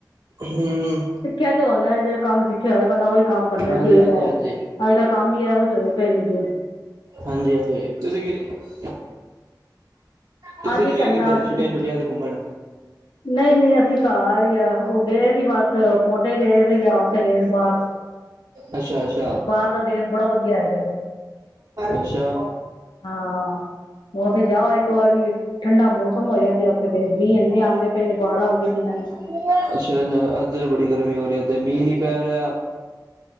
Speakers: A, on the right (about 50°); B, on the left (about 80°).
A: ਹੂੰ,
B: ਕਿਹਾ ਤੋਂ ਆਉਂਦਾ ਜਿਹੜਾ ਕੰਮ ਸਿੱਖਿਆ ਹੋਏ ਬੰਦਾ ਉਹੀ ਕੰਮ ਕਰਨਾ
A: ਹਾਂਜੀ
B: ਚਾਹੀਦਾ
A: ਹਾਂਜੀ
B: ਹੈ।
A: ਹਾਂਜੀ
B: ਅੱਜ ਕੱਲ੍ਹ ਕੰਮ ਵੀ ਇਹੋ ਜਿਹੇ ਹੋਏ ਪਏ ਨੇ ਗੇ।
A: ਹਾਂਜੀ, ਹਾਂਜੀ ਤੁਸੀਂ ਕੀ। ਤੁਸੀਂ
B: ਅਸੀਂ
A: ਨੀ ਗਏ
B: ਕਰਨਾ
A: ਕਿੱਤੇ
B: ਅਸੀਂ
A: ਛੁੱਟੀਆਂ ਛੁੱਟੀਆਂ ਤੇ ਘੁੰਮਣ।
B: ਨਹੀਂ ਨਹੀਂ ਅਸੀਂ ਘਰ ਹੀ ਆ ਉਹ ਗਏ ਸੀ ਬਸ ਪੋਂਡੇ ਗਏ ਸੀ ਜਾਂ ਉੱਥੇ ਗਏ ਸੀ ਬਾਹਰ।
A: ਅੱਛਾ ਅੱਛਾ,
B: ਬਾਹਰ ਦਾ ਦੇਸ਼ ਬੜਾ ਵਧੀਆ ਹੈਗਾ ਜੇ
A: ਅੱਛਾ,
B: ਹਾਂ ਉੱਥੇ ਜਾਓ ਇੱਕ ਵਾਰੀ ਠੰਡਾ ਮੌਸਮ ਹੋਇਆ ਪਿਆ, ਉੱਥੇ ਤੇ ਮੀਂਹ ਇੰਨੇ ਆਂਦੇ ਪਏ ਨੇ, ਬਾੜਾਂ ਆਉਂਦੀ ਪਈਆਂ ਨੇ।
A: ਅੱਛਾ- ਅੱਛਾ ਇੱਧਰ ਬੜੀ ਗਰਮੀ ਹੋ ਰਹੀ ਇੱਧਰ ਮੀਂਹ ਨੀ ਪੈ ਰਿਹਾ।